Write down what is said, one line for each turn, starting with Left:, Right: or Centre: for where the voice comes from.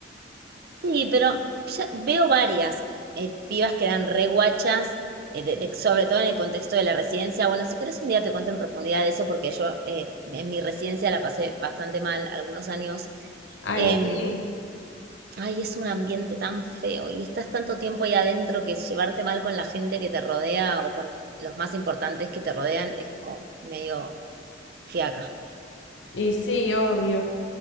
Right: Sí, pero ya veo varias eh, pibas que dan re guachas, eh, de- de- sobre todo en el contexto de la residencia. Bueno, si querés un día te cuento en profundidad de eso, porque yo eh, en mi residencia la pasé bastante mal algunos años.
Left: Ay,
Right: Em,
Left: sí.
Right: ay, es un ambiente tan feo y estás tanto tiempo ahí adentro que llevarte mal con la gente que te rodea o con los más importantes que te rodean es como medio fiaca.
Left: Y sí, obvio.